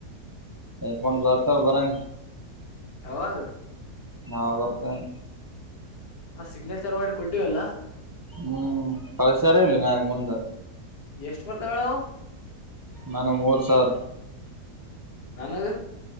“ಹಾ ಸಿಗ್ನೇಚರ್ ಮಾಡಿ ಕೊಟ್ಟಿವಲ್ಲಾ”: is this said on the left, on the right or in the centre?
Left